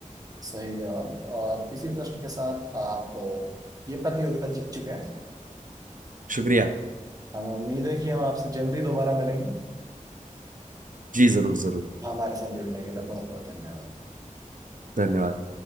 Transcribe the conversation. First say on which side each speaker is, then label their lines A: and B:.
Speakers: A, on the right; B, on the right.
A: सही जवाब और इसी प्रश्न के साथ आप ये प्रतियोगिता जीत चुके हैं
B: शुक्रिया
A: हमें उम्मीद है कि हम आपसे जल्दी दोबारा मिलेंगे
B: जी जरूर जरूर
A: हाँ, हमारे साथ जुड़ने के लिए बहुत बहुत धन्यवाद
B: धन्यवाद